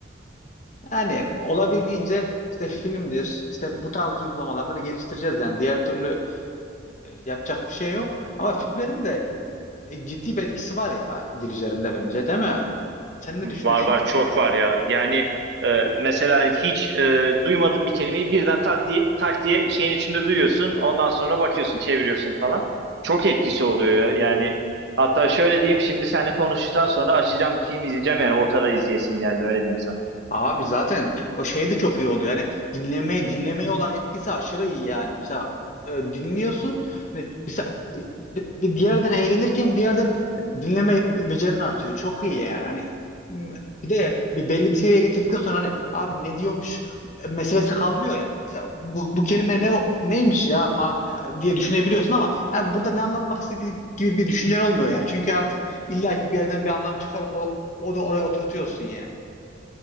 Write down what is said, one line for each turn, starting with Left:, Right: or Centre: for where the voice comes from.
Left: yani olabildiğince işte filmdir, işte bu tarz uygulamalardır geliştireceğiz yani. Diğer türlü e, yapacak bir şey yok. Ama filmlerin de e, ciddi bir etkisi var ya dil üzerinde bence, değil mi? Sen ne
Right: Var
Left: düşünüyorsun?
Right: var çok var ya. Yani e, mesela hiç e, duymadığın bir kelimeyi birden tak diye, tak diye şeyin içinde duyuyorsun. Ondan sonra bakıyorsun, çeviriyorsun falan. Çok etkisi oluyor ya. Yani hatta şöyle diyeyim şimdi seninle konuştuktan sonra açacağım bir film izleyeceğim yani ortada izleyesim geldi öyle diyeyim sana.
Left: Abi zaten o şey de çok iyi oluyor. Yani dinlemeye dinlemeye olan etkisi aşırı iyi yani. Mesela e, dinliyorsun. Hani bir, sa- e, bir diğerden eğlenirken bir yerden e, dinleme be- becerin artıyor. Çok iyi yani. Hani m, bir de bir belli bir seviyeye getirdikten sonra hani abi ne diyormuş e, meselesi kalmıyor yani. Mesela bu, bu kelime ne neymiş ya ma- e, diye düşünebiliyorsun ama hani burada ne anlatmak istediği gibi bir düşüncen olmuyor yani. Çünkü artık illa ki bir yerden bir anlam çıkarıp o, onu oraya oturtuyorsun yani.